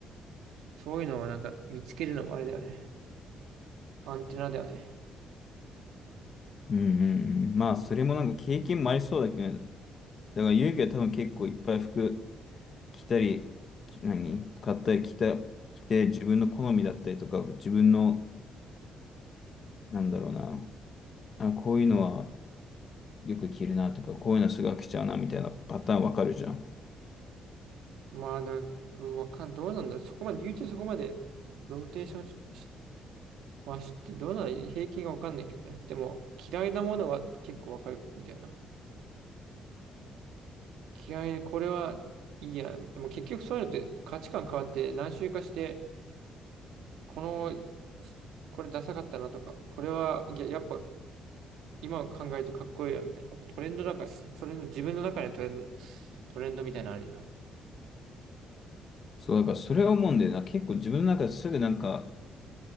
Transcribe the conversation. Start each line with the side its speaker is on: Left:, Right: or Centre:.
Right: そういうのをなんか見つけるのもあれだよね。アンテナだよね。
Left: うん、うん、うん。まあ、それもなんか経験もありそうだけどね、だから勇気は多分結構いっぱい服着たり、き何買ったり着た、着て、自分の好みだったりとか、自分の、なんだろうな、あ、こういうのは、よく着るなとか、こういうのすぐ飽きちゃうなみたいなパターンわかるじゃん。
Right: まあ、だわかん、どうなんだろう。そこまで、言うとそこまで、ローテーションし、しまあ知って、どうなの平均がわかんないけどね。でも、嫌いなものは結構わかるみたいな。嫌いな、これはいいや。でも結局そういうのって価値観変わって何周かして、この、これダサかったなとか、これは、いややっぱ今考えるとかっこいいよみたいな。やっぱトレンドだからね。それの自分の中でトレンド、トレンドみたいなのあるよん。
Left: そう、だからそれを思うんだよな。結構自分の中ですぐなんか、